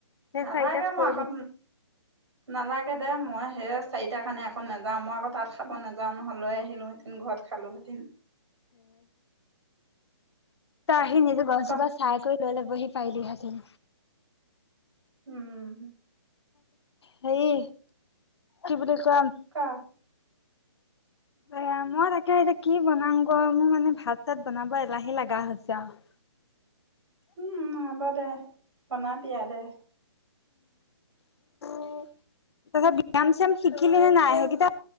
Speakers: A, on the left (about 60°); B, on the right (about 65°).
A: সেই
B: নালাগে
A: চাৰিটাত
B: মই
A: থৈ
B: আকৌ
A: দিছে
B: নালাগে দে, মই সেই চাৰিটাৰ কাৰণে আকৌ নাযাও, মই আকৌ তাত খাব নাযাও নহয়, লৈ আহিলো উম, ঘৰত খালো হতি।
A: <unintelligible> ত, আহি নিজে গছজোপা,
B: ক
A: চাই কৰি লৈ ল'বহি পাৰিলিহেঁতেন।
B: উম
A: হেই কি বুলি কম?
B: ক
A: বেয়া মই তাকে এতিয়া কি বনাওঁগৈ মোৰ মানে ভাত চাত বনাব এলাহে লাগা হৈছে আৰু।
B: উম হ'ব দে বনাবি আৰু দে। <inaudible>
A: উম, তাৰপাছত ব্যয়াম চ্যায়াম শিকিলি নে নাই সেইকেইটা